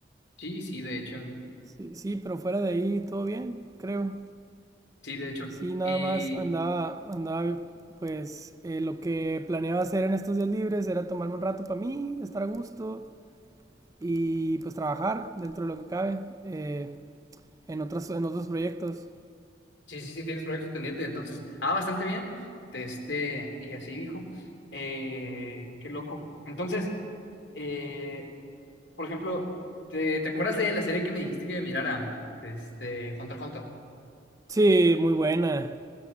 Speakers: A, on the left; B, on the right.
A: Sí, sí, de hecho.
B: Sí, sí, pero fuera de ahí todo bien, creo.
A: Sí, de hecho.
B: Sí, nada
A: Y
B: más andaba, andaba, pues eh, lo que planeaba hacer en estos días libres era tomarme un rato para mí, estar a gusto y pues trabajar dentro de lo que cabe eh, en otras, en otros proyectos.
A: sí, sí, sí, tienes proyectos pendientes, entonces. Ah, bastante bien. De este, y así, dijo. Eh, qué loco. Entonces, eh, por ejemplo, ¿te, te acuerdas de la serie que me dijiste que mirara? Este, Hunter x Hunter.
B: Sí, muy buena,